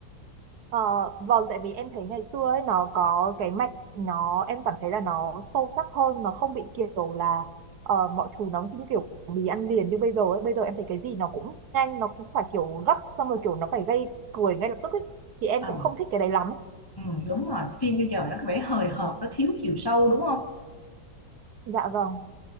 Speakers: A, on the right; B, on the left.
A: Ờ, vâng, tại vì em thấy ngày xưa ấy nó có cái mạch nó em cảm thấy là nó sâu sắc hơn nó không bị kiểu là ờ, mọi thứ nó như kiểu mì ăn liền như bây giờ ấy bây giờ em thấy cái gì nó cũng nhanh nó cũng phải kiểu gấp xong rồi kiểu nó phải gây cười ngay lập tức ấy thì em cũng
B: Ồ,
A: không thích cái đấy lắm
B: ừ, đúng rồi, phim bây giờ nó có vẻ hời hợt, nó thiếu chiều sâu đúng không?
A: dạ vâng